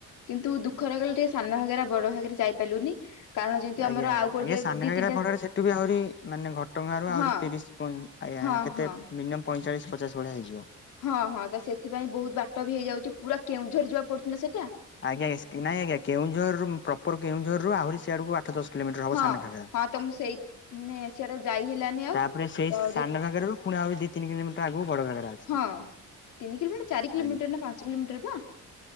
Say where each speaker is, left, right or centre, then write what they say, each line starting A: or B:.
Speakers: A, on the left (about 85°); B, on the left (about 40°).
A: କିନ୍ତୁ ଦୁଃଖ ରହିଗଲା ଟିକେ ସାନ ଘାଗେରା ବଡ ଘାଗେରା ଯାଇପାରିଲୁନି। କାରଣ ଯେହେତୁ
B: ଆଜ୍ଞା
A: ଆମର
B: ଆଜ୍ଞା
A: ଆଉ ଗୋଟେ
B: ଆଜ୍ଞା ସାନ
A: ଦି
B: ଘାଗେରା
A: ତିନିଟା
B: ବଡର ସେଠୁ ବି ଆହୁରି ମାନେ ଘଟଗାଁରୁ ଆହୁରି
A: ହଁ
B: ତିରିଶ ପଇଁ ଆଜ୍ଞା
A: ହଁ
B: କେତେ
A: ହଁ
B: ମିନିମମ୍ ପଇଁଚାଳିଶ ପଚାଶ ଭଳିଆ ହେଇଯିବ।
A: ହଁ ହଁ ତ ସେଥିପାଇଁ ବହୁତ ବାଟ ବି ହେଇଯାଉଛି ପୁରା କେଉଁଝର ଯିବା ପଡୁଚିନା ସେଟା।
B: ଆଜ୍ଞା ଆଜ୍ଞା ନାଇଁ ଆଜ୍ଞା କେଉଁଝରରୁ ପ୍ରପର କେଉଁଝରରୁୁ ଆହୁରି ସିଆଡକୁ ଆଠ ଆଠ ଦଶ କିଲୋମିଟର ହବ
A: ହଁ
B: ସାନ ଘାଗରା
A: ହଁ ତ ମୁଁ ସେଇ ମାନେ ସିଆଡେ ଯାଇ ହେଲାନି ଆଉ
B: ତାପରେ ସେଇ
A: ତ
B: ସାନ
A: ଦେଖ
B: ଘାଗରାରୁ ପୁଣି ଆହୁରି ଦି ତିନି କିଲୋମିଟର ଆଗକୁ ବଡ଼ ଘାଗରା ଅଛି।
A: ହଁ ତିନି କିଲୋମିଟର ଚାରି କିଲୋମିଟର
B: ଆଜ୍ଞା
A: ନା ପାଞ୍ଚ କିଲୋମିଟର ପା?